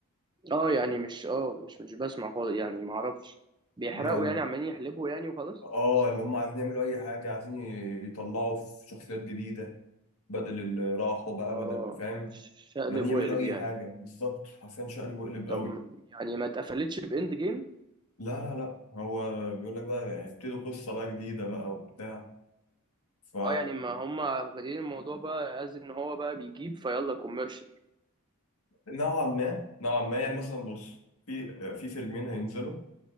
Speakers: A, on the right; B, on the left.
A: اه يعني مش اه مش مش بسمع خالص يعني ما اعرفش بيحرقوا
B: يعني
A: يعني عمالين يحلبوا يعني وخلاص
B: اه اللي هم عايزين يعملوا اي حاجه عايزين ي- يطلعوا في شخصيات جديده بدل اللي راحوا بقى
A: اه
B: بدل اللي فاهم
A: شقلب
B: ما يعملوا
A: وقلب
B: اي
A: يعني
B: حاجه بالظبط حرفيا شقلب وقلب
A: طب
B: قوي
A: يعني ما اتقفلتش باند جيم
B: لا لا لا هو بيقول لك بقى ابتدوا قصه بقى جديده بقى وبتاع ف
A: اه يعني ما هم واخدين الموضوع بقى از ان هو بقى بيجيب فيلا كوميرشال
B: نوعا ما نوعا ما يعني مثلا بص في في فيلمين هينزلوا